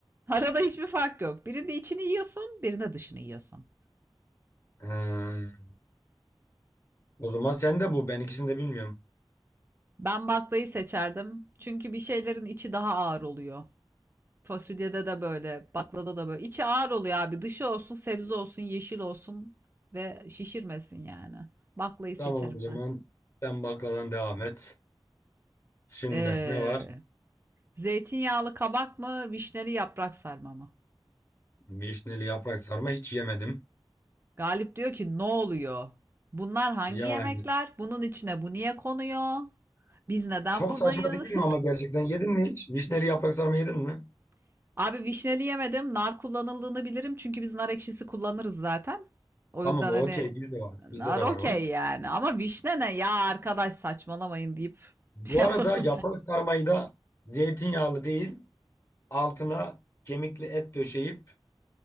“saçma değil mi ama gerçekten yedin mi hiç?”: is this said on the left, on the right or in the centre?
Left